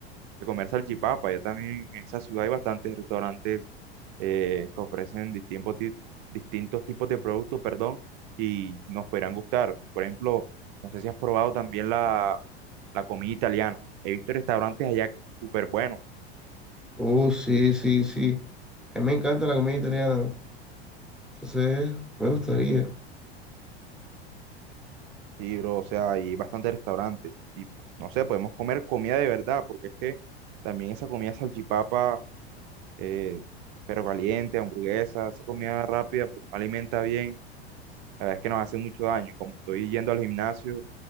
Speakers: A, on the right; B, in the centre.
A: de comer salchipapa. Ya también en esa ciudad hay bastantes restaurantes eh, que ofrecen distintos, ti- distintos tipos de productos, perdón, y nos podrán gustar. Por ejemplo, no sé si has probado también la, la comida italiana. He visto restaurantes allá que son súper buenos.
B: Oh, sí, sí, sí. A mí me encanta la comida italiana. Entonces, me gustaría.
A: Y, bro, o sea, hay bastantes restaurantes. Y, po- no sé, podemos comer comida de verdad, porque es que también esa comida salchipapa, eh, pero caliente, hamburguesa, esa comida rápida, pues no alimenta bien La verdad es que nos hace mucho daño. y Como estoy yendo al gimnasio,